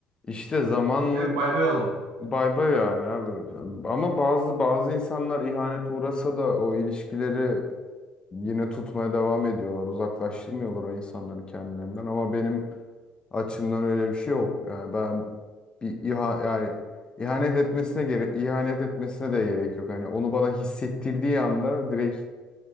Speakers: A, on the left; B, on the right.
A: işte zamanla
B: <laughs> Direkt bay bay oluyor.
A: bay bay yani abi. Ama bazı bazı insanlar ihanet uğrasa da o ilişkileri yine tutmaya devam ediyorlar. Uzaklaştırmıyorlar o insanları kendilerinden. Ama benim Açımdan öyle bir şey yok. Yani ben bir iha yani ihanet etmesine gere ihanet etmesine de gerek yok. Hani onu bana hissettirdiği anda direkt